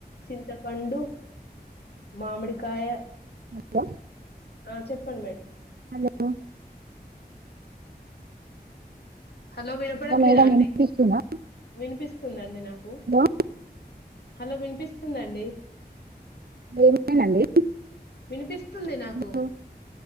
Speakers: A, on the left (about 70°); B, on the right (about 65°).
A: చింతపండు మామిడికాయ
B: గ
A: ఆ చెప్పండి మేడం
B: హలో
A: హలో వినపడట్లేదా
B: మేడం
A: అండి
B: వినిపిస్తుందా
A: వినిపిస్ స్తుదండి నాకు
B: హలో
A: హలో వినిపిస్తుందండి
B: ఏమైందండి
A: వినిపిస్తుంది నాకు
B: హలో